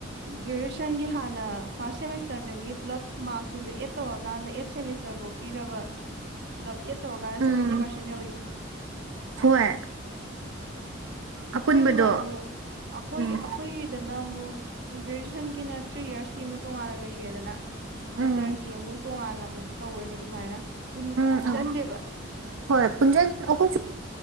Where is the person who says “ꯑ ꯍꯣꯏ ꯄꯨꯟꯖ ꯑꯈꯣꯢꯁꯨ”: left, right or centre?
Right